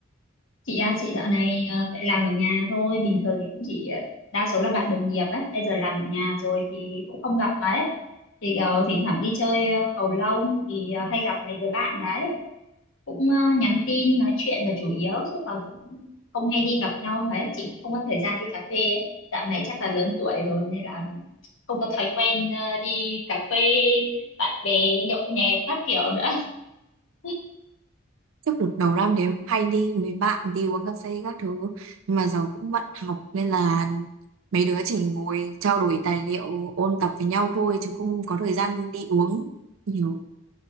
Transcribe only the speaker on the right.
trước đợt đầu năm thì em cũng hay đi mấy bạn đi uống cà phê các thứ nhưng mà giờ cũng bận học nên là mấy đứa chỉ ngồi trao đổi tài liệu ôn tập với nhau thôi chứ không có thời gian đi uống nhiều